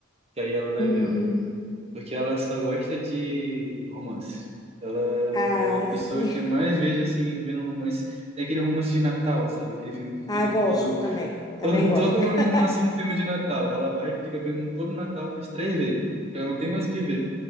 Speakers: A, on the right; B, on the left.
A: que aí ela vai
B: Uhum.
A: vendo. Porque ela só gosta de romance. Ela
B: Ah,
A: é a pessoa
B: sim.
A: que eu mais vejo, assim, vendo romance. Tem aquele romance de Natal, sabe? Aquele filme que todo,
B: Ah, gosto
A: todo,
B: também. Também
A: todo,
B: gosto.
A: <laughs> todo ano
B: <laughs>
A: lança um filme de Natal. Ela vai e fica vendo todo Natal umas três vezes. Ela não tem mais o que ver.